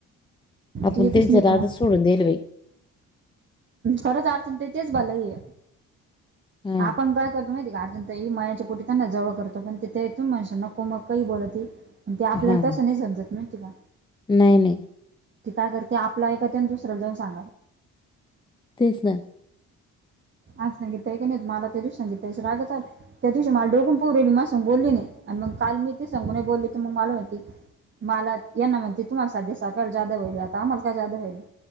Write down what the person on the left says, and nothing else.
आपण
त्यांच
दारच
सोडून दईल बाई
हा
हा
नाही नाही
तेच ना